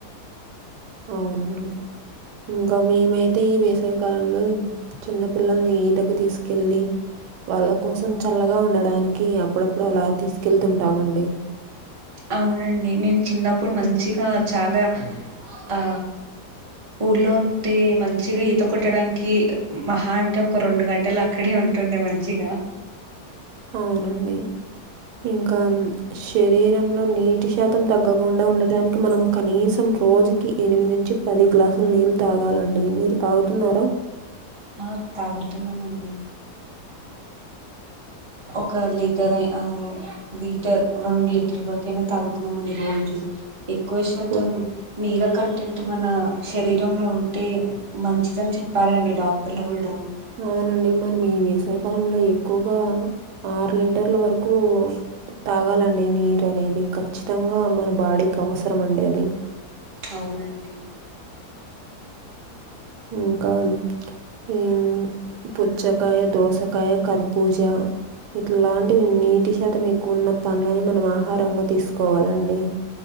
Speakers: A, on the right; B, on the right.
A: అవునండి ఇంకా మేమైతే ఈ వేసవి కాలంలో చిన్న పిల్లల్ని ఈతకి తీసుకెళ్ళీ వాళ్ళ కోసం చల్లగా ఉండడానికి అప్పుడప్పుడు అలా తీసుకెళ్తుంటామండి
B: అవునండి మేమ్ చిన్నప్పుడు మంచిగా చాలా ఆ ఊర్లో ఉంటే మంచిగా ఈత కొట్టడానికి మహా అంటే ఒక రెండు గంటల అక్కడే ఉంటుండే మంచిగా
A: అవునండి ఇంకామ్ శరీరంలో నీటి శాతం తగ్గకుండా ఉండటాని మనం కనీసం రోజుకి ఎనిమిది నుంచి పది గ్లాసులు నీళ్ళు తాగాలండి మీరు తాగుతున్నారా
B: ఆ తాగుతున్నమండి ఒక లీటరై ఆ లీటర్ రెండు లీటర్ల వరకయినా తాగుతున్నామండి రోజు ఎక్కువ శాతం
A: హ్మ్.
B: నీళ్ళ కంటెంట్ మన శరీరంలో ఉంటే మంచిదన్ చెప్పారండి డాక్టర్లు కూడా
A: అవునండి మనం ఈ వేసయ కాలంలో ఎక్కువగా ఆరు లీటర్ల వరకు తాగాలండి నీరనేది ఖచ్చితంగా మన బాడీక వసరం అండి అది
B: అవునండి
A: ఇంకామ్ ఊమ్ పుచ్చకాయ దోసకాయ కర్బూజ ఇట్లాంటివి నీటి శాతం ఎక్కువ ఉన్న పనులని మనం ఆహారంగా తీసుకోవాలండి